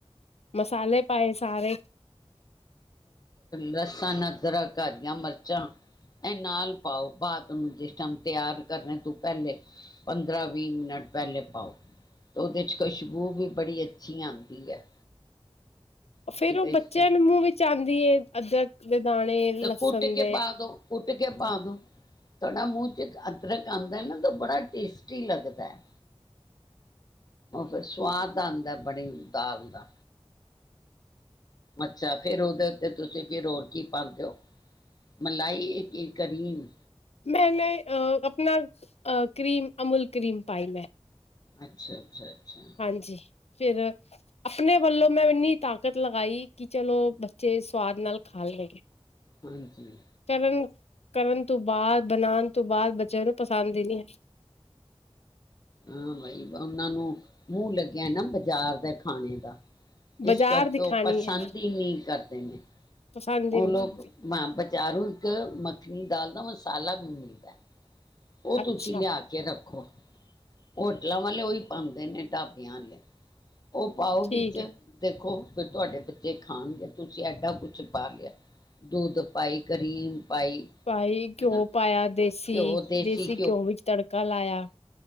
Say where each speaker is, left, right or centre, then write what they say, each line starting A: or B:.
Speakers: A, on the left; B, on the left.
A: ਮਸਾਲੇ ਪਾਏ ਸਾਰੇ
B: ਲਸਨ ਅਦੱਰਕ ਹਰੀਆਂ ਮਿਰਚਾਂ ਇਹ ਨਾਲ ਪਾਓ ਬਾਅਦ ਉਹਨੂੰ ਜਿਸ ਟਾਈਮ ਤਿਆਰ ਕਰਨੇ ਤੋਂ ਪਹਿਲੇ ਪੰਦਰਾਂ ਵੀਹ ਮਿੰਟ ਪਹਿਲੇ ਪਾਓ ਤੇ ਉਹਦੇ ਚ ਖੁਸ਼ਬੂ ਵੀ ਬੜੀ ਅੱਛੀ ਆਉਂਦੀ ਹੈ ਅਸੀਂ
A: ਫਿਰ
B: ਤੇ
A: ਉਹ ਬੱਚਿਆਂ
B: ਇਸ ਨੇ
A: ਦੇ ਮੂੰਹ ਵਿੱਚ ਆਉਂਦੀ ਹੈ ਅਦਰਕ ਦੇ ਦਾਣੇ ਲਸਣ
B: ਤੇ ਕੁੱਟ ਕੇ
A: ਦੇ
B: ਪਾ ਦੋ ਕੁੱਟ ਕੇ ਪਾ ਦਿਉ ਤੁਹਾਡਾ ਮੂੰਹ ਵਿਚ ਅਦਰਕ ਆਉਂਦਾ ਹੈ ਨਾ ਤਾਂ ਬੜਾ ਟੇਸਟੀ ਲੱਗਦਾ ਹੈ ਫਿਰ ਸਵਾਦ ਆਦਾ। ਬਣੀ ਦਾਲ ਦਾ, ਅੱਛਾ ਫਿਰ ਉਹਦੇ ਉੱਤੇ ਤੁਸੀਂ ਫਿਰ ਹੋਰ ਕੀ ਪਾਦੇ ਹੋ ਮਲਾਈ ਕੀ ਕਰੀਮ,
A: ਮੈਂਨੇ ਆਪਣਾ ਕਰੀਮ ਅਮੁਲ ਕਰੀਮ ਪਾਈ ਮੈਂ,
B: ਅੱਛਾ ਅੱਛਾ ਅੱਛਾ
A: ਹਾਂਜੀ ਫਿਰ, ਆਪਣੇ ਵੱਲੋਂ ਮੈਂ ਇੰਨੀ ਤਾਕਤ ਲਗਾਈ ਕਿ ਚਲੋ ਬੱਚੇ ਸਵਾਦ ਨਾਲ ਖਾ ਲਣਗੇ।
B: ਹਾਂਜੀ,
A: ਕਰਨ ਕਰਨ ਤੋਂ ਬਾਅਦ ਬਣਾਣ ਤੋਂ ਬਾਅਦ ਬੱਚਿਆਂ ਨੂੰ ਪਸੰਦ ਹੀ ਨਹੀਂ ਹੈ।
B: ਹਾਂ ਬਾਈ ਉਹਨਾਂ ਨੂੰ ਮੂੰਹ ਲੱਗਿਆ ਨਾ ਬਾਜ਼ਾਰ ਦਾ ਖਾਣੇ ਦਾ,
A: ਬਾਜ਼ਾਰ
B: ਇਸ ਕਰਕੇ
A: ਦੀ
B: ਉਹ
A: ਖਾਣੀ
B: ਪਸੰਦ
A: ਹੈ
B: ਹੀ ਨਹੀਂ ਕਰਦੇ ਨੇ,
A: ਪਸੰਦ
B: ਉਹ
A: ਹੀ ਨਹੀਂ
B: ਲੋਕ
A: ਆਈ।
B: ਮੈਂ ਬਜਾਂਰੌ ਇੱਕ ਮੱਖਣੀ ਦਾਲ ਦਾ, ਮਸਾਲਾ ਵੀ ਮਿਲਦਾ। ਉਹ
A: ਅੱਛਾ
B: ਤੁਸੀਂ ਲਿਆ ਕੇ ਰੱਖੋ। ਹੋਟਲਾਂ ਵਾਲੇ ਉਹੀ ਪਾਦੇ ਨੇ ਢਾਬਿਆਂ ਵਾਲੇ, ਉਹ ਪਾਓ ਵਿੱਚ
A: ਠੀਕ ਹੈ
B: ਦੇਖੋ, ਫ ਤੁਹਾਡੇ ਬੱਚੇ ਖਾਣਗੇ ਤੁਸੀਂ ਐਡਾ ਕੁਛ, ਪਾ ਲਿਆ ਦੁੱਧ ਪਾਈ ਕਰੀਮ, ਪਾਈ
A: ਭਾਈ
B: ਹਨਾ
A: ਘਿਓ ਪਾਇਆ ਦੇਸੀ-ਦੇਸੀ
B: ਘਿਓ ਦੇਸੀ
A: ਘਿਓ ਵਿੱਚ ਤੜਕਾ ਲਾਇਆ।